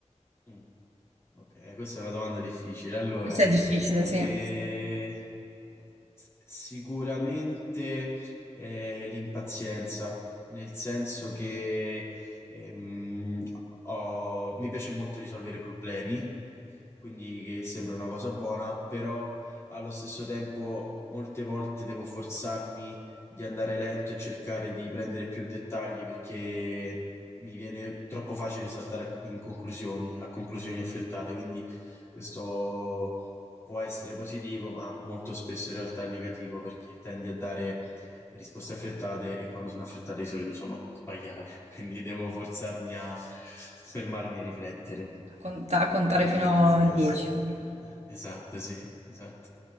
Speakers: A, on the left; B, on the right.
A: Mm. Ok, questa è una domanda difficile. Allora,
B: Questo è difficile, sì,
A: eh,
B: a
A: s- sicuramente eh, l'impazienza, nel senso che ehm, ho- mi piace molto risolvere problemi, quindi che sembra una cosa buona, però allo stesso tempo molte volte devo forzarmi di andare lento e cercare di prendere più dettagli perché mi viene troppo facile saltare a- in conclusioni, a conclusioni affrettate, quindi questo può essere positivo, ma molto spesso in realtà è negativo perché tendi a dare risposte affrettate e quando sono affrettate di solito sono sbagliate, <laughs> quindi devo forzarmi a fermarmi e riflettere.
B: cont- a contare
A: Quindi
B: fino a
A: questo.
B: 10. quindi.
A: Esatto, sì, esatto.